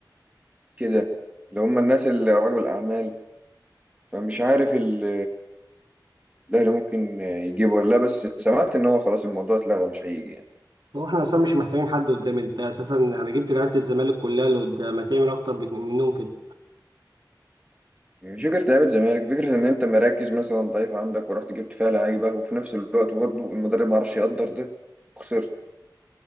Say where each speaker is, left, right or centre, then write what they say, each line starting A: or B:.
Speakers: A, on the right; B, on the right.
A: كده اللي هم الناس اللي رجل أعمال فمش عارف ال الأهلي ممكن يجيبه ولا لا بس سمعت إن هو خلاص الموضوع اتلغى مش هيجي
B: هو احنا اساسا مش محتاجين حد قدام انت اساسا يعني جبت لعيبة الزمالك كلها اللي قدام ما تعمل اكتر بت- منهم كده
A: مش فكرة لعيبة زمالك فكرة إن أنت مراكز مثلا ضعيفة عندك ورحت جبت فيها لعيبة وفي نفس الوقت برضه المدرب معرفش يقدر ده خسرت